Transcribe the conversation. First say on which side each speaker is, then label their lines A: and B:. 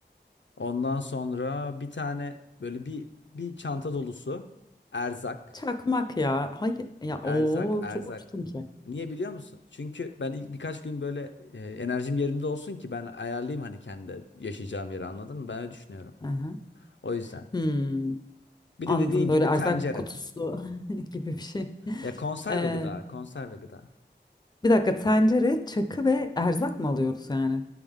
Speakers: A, on the left; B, on the left.
A: ondan sonra bir tane böyle bir bir çanta dolusu erzak.
B: Çakmak ya. Hayır ya o
A: Erzak, erzak.
B: çok uçtum ki.
A: Niye biliyor musun? Çünkü ben ilk birkaç gün böyle e, enerjim yerimde olsun ki ben ayarlayayım hani kendi yaşayacağım yeri anladın mı? Ben öyle düşünüyorum.
B: Hı hı.
A: O yüzden.
B: Hmm.
A: Bir
B: Anladım
A: de dediğin
B: böyle
A: gibi
B: erzak
A: tencere.
B: kutusu <laughs> gibi bir şey.
A: Ya konserve
B: Ee,
A: gıda, konserve gıda.
B: bir dakika tencere, çakı ve erzak mı alıyoruz yani?